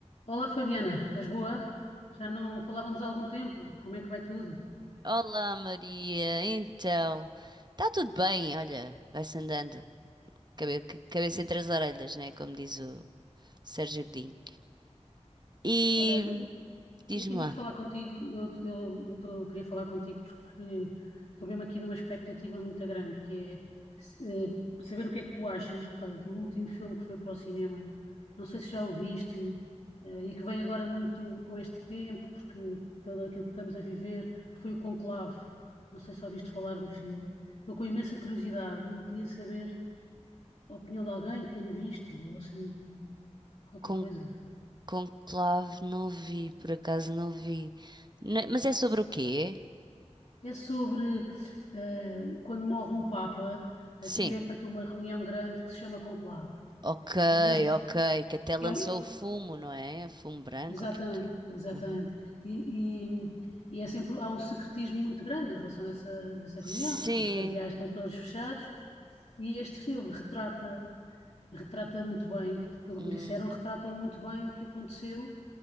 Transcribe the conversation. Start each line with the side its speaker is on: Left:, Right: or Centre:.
Left: Olá Fabiana, estás boa? Já não falávamos há algum tempo, como é que vai tudo?
Right: Olá Maria, então, está tudo bem, olha, vai-se andando, Cabe- ca- cabeça entre as orelhas, né, como diz o Sérgio Godinho. E
Left: Olha, eu,
Right: diz-me
Left: eu tinha
Right: lá,
Left: que falar contigo, eu, eu, eu tô- queria falar contigo porque estou mesmo aqui numa expectativa muito grande, que é se- eh, saber o que é que tu achas, pá, do último filme que foi para o cinema. Não sei se já o viste, eh, e que vem agora muito com este tempo, porque pelo aquilo que estamos a viver, que foi o Conclave. Não sei se ouviste falar do filme. Estou com imensa curiosidade e queria saber. a opinião de alguém que tenha visto, ou assim, qualquer
Right: con
Left: coisa.
Right: conclave não vi, por acaso não vi, Ne- mas é sobre o quê?
Left: É sobre eh, quando morre um Papa, a
Right: Sim,
Left: seguir é feita uma reunião grande que se chama conclave.
Right: ok,
Left: E este
Right: ok, que até lançou
Left: é um.
Right: o fumo, não é? Fumo branco,
Left: Exatamente,
Right: o que é que é?
Left: exatamente.
Right: Uhum.
Left: E, e, e é sempre, há um secretismo muito grande em relação a essa, essa reunião,
Right: Sim,
Left: porque os cardeais estão todos fechados, e este filme retrata, retrata muito bem, pelo
Right: hum,
Left: que me disseram, retratam muito bem o que aconteceu